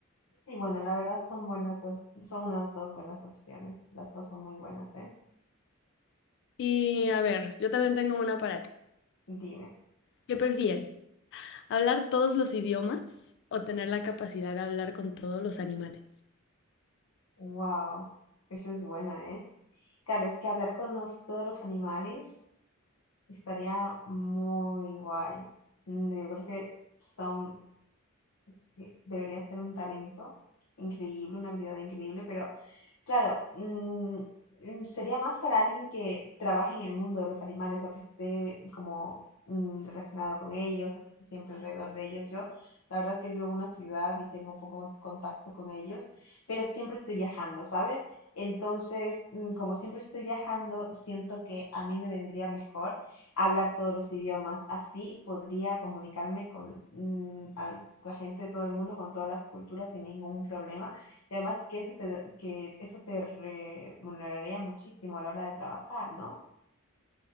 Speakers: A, on the left (about 75°); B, on the left (about 55°).
A: Sí, bueno, la verdad son buenas dos, son unas dos buenas opciones. Las dos son muy buenas, ¿eh?
B: Y a ver, yo también tengo una para ti.
A: Dime.
B: ¿Qué prefieres? ¿Hablar todos los idiomas o tener la capacidad de hablar con todos los animales?
A: Wow, esa es buena, ¿eh? Claro, es que hablar con los, todos los animales Estaría muy guay. Mm, Yo creo que son, es que debería ser un talento increíble, una habilidad increíble, pero Claro, mm, mm, sería más para alguien que trabaje en el mundo de los animales o que esté como mm, relacionado con ellos o que esté siempre alrededor de ellos. Yo, la verdad que vivo en una ciudad y tengo poco con- contacto con ellos, pero siempre estoy viajando, ¿sabes? Entonces, mm, como siempre estoy viajando, siento que a mí me vendría mejor hablar todos los idiomas. Así podría comunicarme con mm, al- la gente de todo el mundo, con todas las culturas sin ningún problema y además que eso te, que eso te remuneraría muchísimo a la hora de trabajar, ¿no?